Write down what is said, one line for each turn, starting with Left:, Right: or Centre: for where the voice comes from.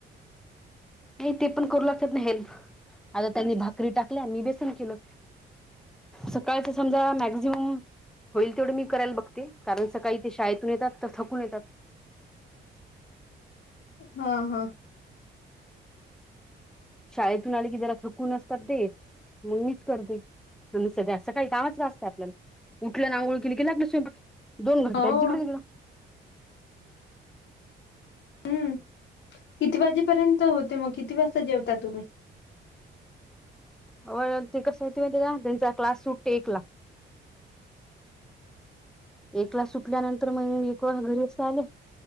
Centre: नाही ते पण करू लागतात ना हेल्प आता त्यांनी भाकरी टाकल्या मी बेसन केलं. सकाळच समजा मॅक्झिमम होईल तेवढं मी करायला बघते कारण सकाळी ते शाळेतून येतात तर थकून येतात.
Left: हा, हां.
Centre: शाळेतून आले की जरा थकून असतात ते म्हणून मीच करते. सध्या सकाळी कामच जास्त आहे आपल्याला उठलं अन आंगोळं केल की लागलाच स्वयंपाक दोन घंटे
Left: हो
Centre: आहेत जिकडे तिकडे
Left: हम्म किती वाजेपर्यंत होते मग किती वाजता जेवता तुम्ही?
Centre: व्हय ते कसं होते माहितेय का त्यांचा क्लास सुटतो एकला. एकला सुटल्यानंतर मग एक घरी अस आले.